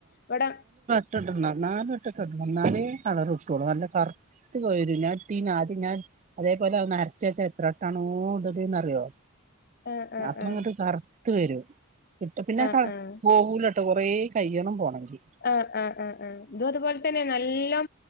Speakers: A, on the left; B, on the right.
A: ഇവിടെ
B: ഇട്ടിട്ടുണ്ടോ ഞാനുമിട്ടിട്ടുണ്ട് എന്നാലെകളറ്കിട്ടുവുളളൂ നല്ല കറക്റ്റ് കിളിർത്തുപോലുംമില്ല ഞാനൊത്തിരി നാട്ടിഞാൻ അതേപോലെയൊന്നരച്ച വെച്ച എത്രവട്ടണോ ഇടുന്നേന്നറിയാവോ
A: ആഹ് ആഹ്
B: അപ്പൊ
A: ആഹ്
B: അങ്ങിട്ടുകറുത്തു വരും ഇപ്പ പിന്നെ
A: ആഹ്
B: കറു
A: ആഹ്
B: പോകൂലേട്ടോ കൊറേ കഴിയണം പോണെങ്കിൽ
A: ആഹ് ആഹ് ആഹ് ആഹ് ഇതുമതുപോലെ ത പോകുമ്പത്തേനെ നല്ല